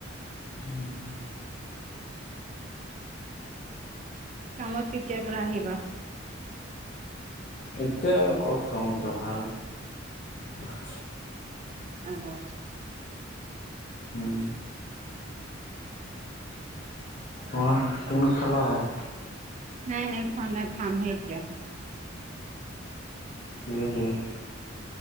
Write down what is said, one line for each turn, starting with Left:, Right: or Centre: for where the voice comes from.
Left: উম।
Right: কামত কেতিয়াৰ পৰা আহিবা?
Left: এতিয়া আৰু কত কামত যাম <unintelligible> <unintelligible>
Right: অ, অ
Left: উম। অম, তুমি খালা ভাত?
Right: নাই নাই, খোৱা নাই। খাম হে এতিয়া।
Left: কিহে দি?